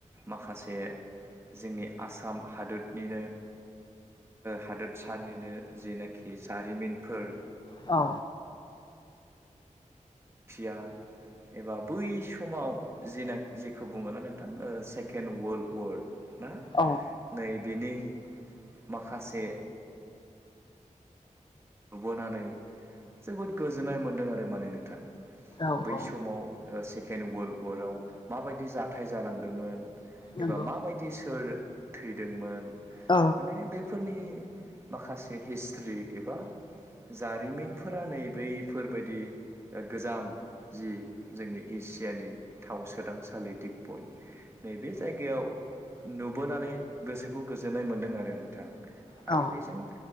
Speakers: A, on the right (about 20°); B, on the left (about 35°).
A: माखासे जोंनि आसाम हादोदनिनो हादोरसानिनो जेनाखि जारिमिनफोर
B: औ
A: एसिया एबा बै समाव जना जेखौ बुङोना नोंथां सेकेणड वर्ल्ड वार्ड ना
B: औ
A: नै बिनि माखासे नुबोनानै जोबोद गोजोननाय मोन्दों आरो माने नोंथां।
B: औ
A: बै
B: औ
A: समाव सेकेणड वर्ल्ड वाराव माबायदि जाथाय जालांदोंमोन
B: नंगौ
A: एबा माबायदि सोर थैदोंमोन
B: औ
A: माने बे फोरनि माखासे हिस्ट्रि एबा जारिमिनफोरा नै बैफोरबायदि गोजाम जि जोंनि एसियानि थाव सोदांसालि दिगबय नैबे जायगायाव नुबोनानै गोसोखौ गोजोननाय मोन्दों आरो नोंथां
B: औ
A: आरो बेजों